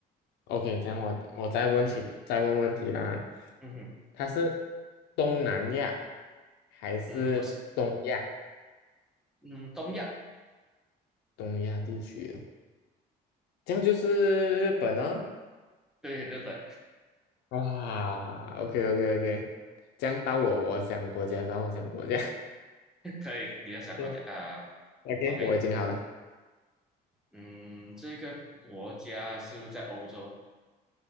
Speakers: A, on the left; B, in the centre.
A: OK，这样我我再问起再问问题啦。
B: 嗯哼，
A: 它是东南亚还是东亚？
B: 嗯，不是，嗯，东亚，
A: 东亚地区的，这样就是日本呢、
B: 对，日本，
A: 哇，OK OK OK，这样到我我想国家，到我想国家。
B: <laughs> 可以，你要想国家啊
A: <laughs> OK，
B: ，OK，
A: 我已经好了，
B: 嗯，这个国家是不是在欧洲